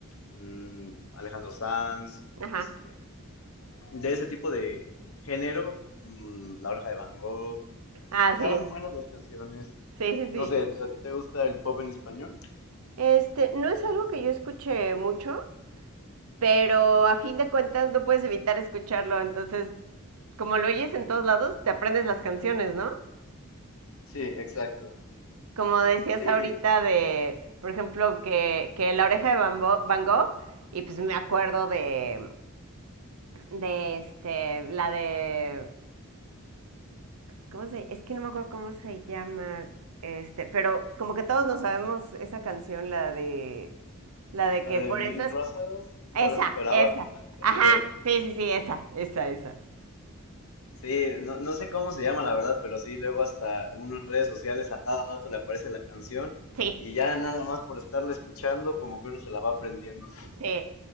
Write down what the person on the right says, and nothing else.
Ajá.
Ah,
sí.
Sí, sí, sí.
Este, no es algo que yo escuche mucho, pero a fin de cuentas no puedes evitar escucharlo, entonces, como lo oyes en todos lados, te aprendes las canciones, ¿no?
Como decías
ahorita de, por ejemplo, que, que La oreja de Van, Bo- Van Gogh, y pues me acuerdo de, de este, la de, ¿cómo se? Es que no me acuerdo cómo se llama, este, pero como que todos nos sabemos esa canción, la de... La de
que
por
esas
Esa,
esa.
Ajá,
sí, sí, sí, esa, esa, esa.
Sí,
sí.